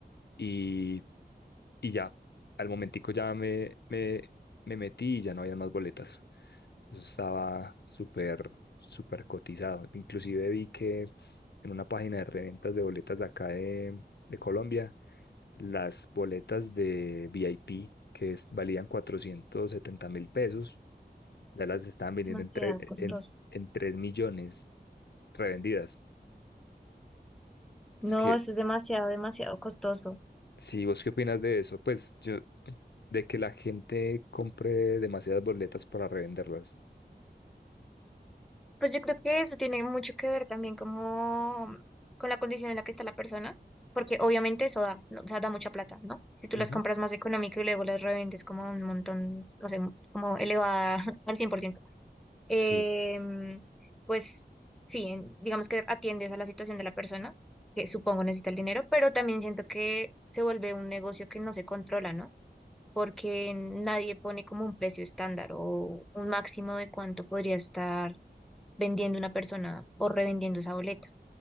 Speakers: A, on the left; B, in the centre.
A: Y, y ya, al momentico ya me, me, me metí y ya no había más boletas. Eso estaba súper, súper cotizado. Inclusive vi que en una página de reventas de boletas de acá de, de Colombia las boletas de VIP que es- valían cuatrocientos setenta mil pesos, ya las estaban vendiendo
B: demasiado
A: en, tre-
B: costoso.
A: en, en 3 millones revendidas. Es
B: No,
A: que,
B: eso es demasiado, demasiado costoso.
A: si vos qué opinas de eso, pues yo, de que la gente compre demasiadas boletas para revenderlas.
B: Pues yo creo que eso tiene mucho que ver también como con la condición en la que está la persona, porque obviamente eso da, ¿no? O sea, da mucha plata, ¿no? Si tú
A: Ujú.
B: las compras más económico y luego las revendes como a un montón, no sé, como elevada <laughs> al 100%, em,
A: Sí,
B: pues sí, en- digamos que atiendes a la situación de la persona, que supongo necesita el dinero, pero también siento que se vuelve un negocio que no se controla, ¿no? porque nadie pone como un precio estándar o un máximo de cuánto podría estar vendiendo una persona o revendiendo esa boleta.